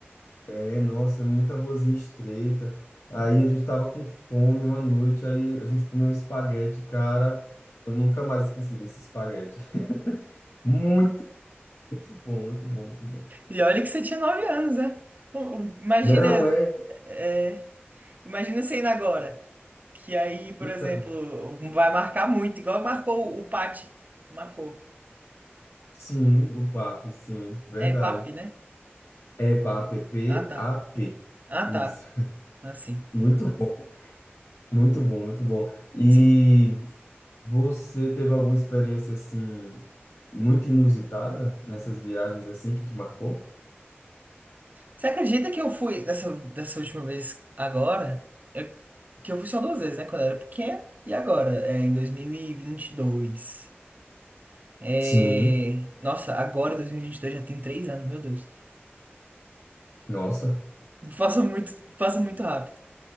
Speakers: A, on the left; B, on the right.
A: é, nossa, é muita ruazinha estreita. Aí a gente tava com fome uma noite, aí a gente comeu um espaguete, cara. Eu nunca mais esqueci desse espaguete. <laughs> Muito, muito bom, muito bom, muito bom.
B: E olha que você tinha nove anos, né? O- o- Imagina,
A: Não é?
B: é, imagina você indo agora. Que aí, por
A: Então,
B: exemplo, vai marcar muito, igual marcou o Pati. Marcou.
A: sim, o PAP, sim, verdade.
B: É, Papi, né?
A: É PAP, P-A-P.
B: Ah, tá. Ah,
A: Isso.
B: tá.
A: <laughs>
B: Assim.
A: Muito bom, muito bom, muito bom. E
B: Sim.
A: você teve alguma experiência assim muito inusitada nessas viagens assim que te marcou?
B: Você acredita que eu fui dessa, dessa última vez agora? Eu- que eu fui só duas vezes, né? Quando eu era pequeno. E agora? É, em 2022. É...
A: Sim.
B: Nossa, agora em 2022 já tem três anos, meu Deus.
A: Nossa,
B: Passa muito, passa muito rápido.